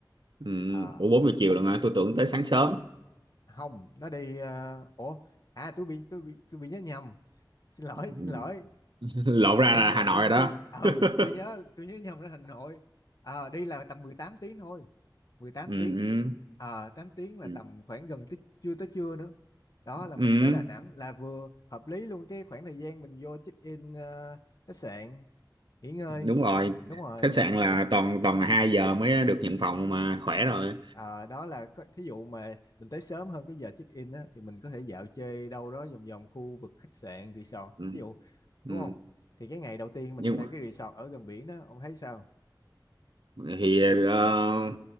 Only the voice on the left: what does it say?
à,
không nó đi ờ, ủa à tôi bị tôi bị tôi bị nhớ nhầm xin lỗi
xin lỗi
tôi
nhớ
tôi
tôi ừ
tôi nhớ tôi nhớ nhầm ra Hà Nội à, đi là tầm 18 tiếng thôi 18
tiếng à, 8 tiếng là
tầm khoảng gần tới chưa tới trưa nữa đó
là
mình tới Đà Nẵng là vừa hợp lý luôn cái khoảng thời gian mình vô check in ờ, khách sạn nghỉ ngơi
đúng rồi
Ờ, đó là có, thí dụ mà mình tới sớm hơn cái giờ check-in á, thì mình có thể dạo chơi đâu đó vòng vòng khu vực khách sạn, resort,
thí dụ
đúng không? Thì cái ngày đầu tiên mình
thuê
cái resort ở gần biển đó, ông thấy sao?